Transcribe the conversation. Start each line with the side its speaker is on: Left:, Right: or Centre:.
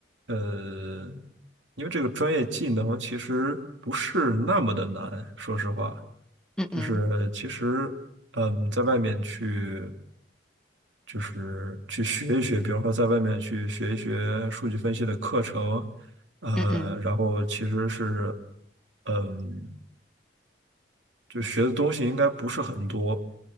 Right: 呃，因为这个专业技能其实不是那么的难，说实话，
Centre: 嗯嗯
Right: 就是其实嗯，在外面去就是去学一学，比方说在外面去学一学数据分析的课程，呃，
Centre: 嗯嗯，
Right: 然后其实是嗯，就学的东西应该不是很多，